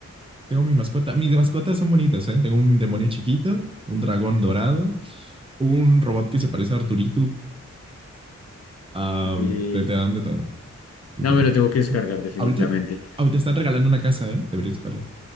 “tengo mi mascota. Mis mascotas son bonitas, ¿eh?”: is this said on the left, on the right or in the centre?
Right